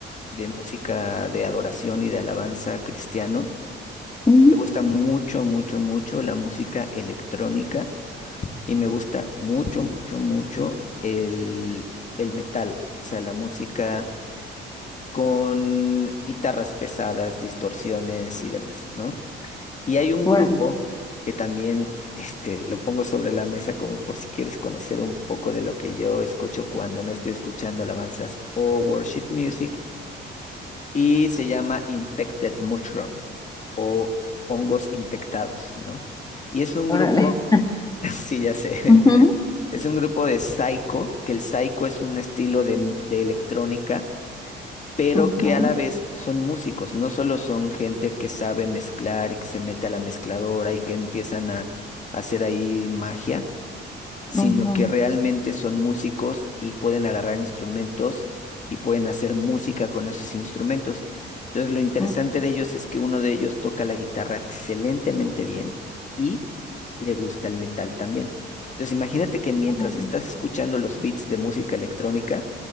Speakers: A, on the left; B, on the left.
A: de música de adoración y de alabanza cristiano,
B: ujú.
A: me gusta mucho, mucho, mucho la música electrónica y me gusta mucho, mucho, mucho el, el metal, o sea, la música con guitarras pesadas, distorsiones y demás, ¿no? Y hay un
B: Órale,
A: grupo que también, este, lo pongo sobre la mesa como por si quieres conocer un poco de lo que yo escucho cuando no estoy escuchando alabanzas o worship music, y se llama Infected Mushroom o hongos infectados, ¿no? Y es un
B: órale.
A: grupo, <laughs> sí, ya sé,
B: Ujú,
A: <laughs> es un grupo de psycho, que el psycho es un estilo de de electrónica pero
B: ujú,
A: que a la vez son músicos, no solo son gente que sabe mezclar y que se mete a la mezcladora y que empiezan a hacer ahí magia, sino
B: ujú,
A: que realmente son músicos y pueden agarrar instrumentos y pueden hacer música con esos instrumentos. Entonces, lo interesante
B: ujú,
A: de ellos es que uno de ellos toca la guitarra excelentemente bien y le gusta el metal también. Entonces, imagínate que mientras
B: ujú,
A: estás escuchando los beats de música electrónica,